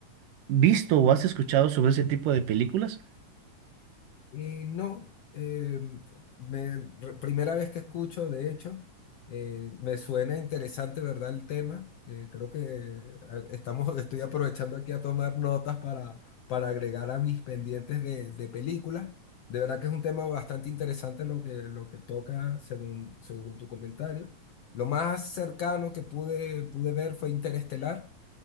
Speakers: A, on the right (about 75°); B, on the left (about 70°).
A: visto o has escuchado sobre ese tipo de películas?
B: Y no, eh, me- re- primera vez que escucho, de hecho, eh, me suena interesante, ¿verdad? El tema. Eh, creo que a- estamos, <laughs> estoy aprovechando aquí a tomar notas para, para agregar a mis pendientes de, de películas. De verdad que es un tema bastante interesante lo que, lo que toca según, según tu comentario. Lo más cercano que pude, pude ver fue Interestelar.